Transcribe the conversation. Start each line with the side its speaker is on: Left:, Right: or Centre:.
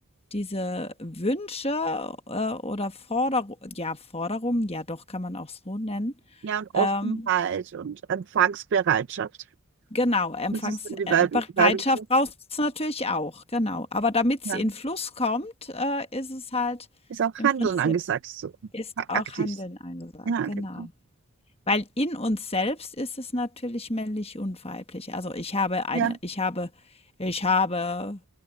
Left: diese Wünsche, äh, oder Forderu ja, Forderungen, ja doch, kann man auch so nennen.
Right: Ja, und Offenheit
Left: Ähm,
Right: und Empfangsbereitschaft.
Left: genau, Empfangsbereitschaft
Right: Das ist dann die weibliche, weibliche.
Left: braucht es natürlich auch, genau. Aber damit damit's
Right: Ja.
Left: in Fluss kommt, äh, ist es halt
Right: Ist auch
Left: im
Right: Handeln
Left: Prinzip
Right: angesagt, so
Left: ist
Right: aktiv.
Left: auch Handeln
Right: sein.
Left: angesagt,
Right: Ja,
Left: genau.
Right: genau.
Left: Weil in uns selbst ist es natürlich männlich und weiblich. Also, ich habe eine
Right: Ja,
Left: ich habe ich habe